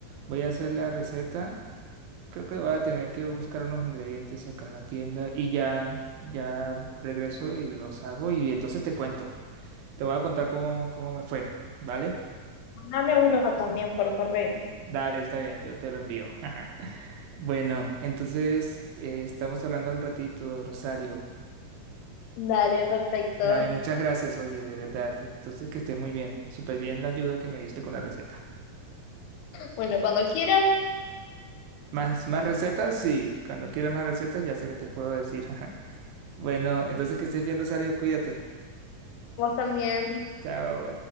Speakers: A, on the right; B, on the left.
A: Voy a hacer la receta. Creo que voy a tener que buscar unos ingredientes acá en la tienda y ya, ya regreso y los hago y entonces te cuento. Te voy a contar cómo, cómo me fue, ¿vale?
B: Dame uno también por correo.
A: Dale, está bien, yo te lo envío. <laughs> Bueno, entonces eh, estamos hablando al ratito, Rosario.
B: Dale, perfecto.
A: Dale, muchas gracias, oye, de verdad. Entonces, que estés muy bien. Súper bien la ayuda que me diste con la receta.
B: Bueno, cuando quieras,
A: Más, más recetas, sí. Cuando quieras más recetas, ya sé que te puedo decir. <laughs> Bueno, entonces que estés bien, Rosario, cuídate.
B: vos también.
A: Chao.